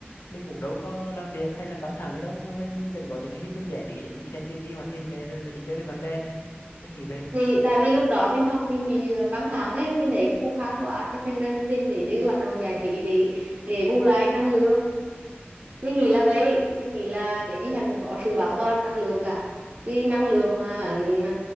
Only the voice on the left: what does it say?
mình cũng đâu có làm việc hay là căng thẳng gì đâu nhưng mà mình, mình vẫn có những cái hình thức giải trí giống như xem tivi hoạt hình này rồi là đi chơi với bạn bè này mình nghĩ vậy